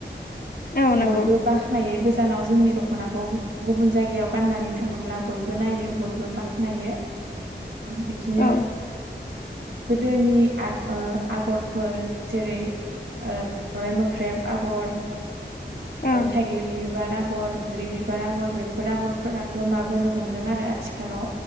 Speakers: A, on the left (about 50°); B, on the right (about 80°).
A: औ नंगौ
B: बयबो बाख्नायो गो गोजानाव जोंनि दख'नाखौ गुबुन जायगायाव गाननानै थाङोब्ला बयबो नायो बयबो बाखनायो बिदिनो
A: औ
B: गोदोनि आगरफोर जेरै सावरराय मोख्रेब आगर
A: औ
B: थाइगिर बिह बिबार आगर बैग्रि बिबार आगर बेफोर आगरफोरा गोमाबोनो हमदों आरो आथिखालाव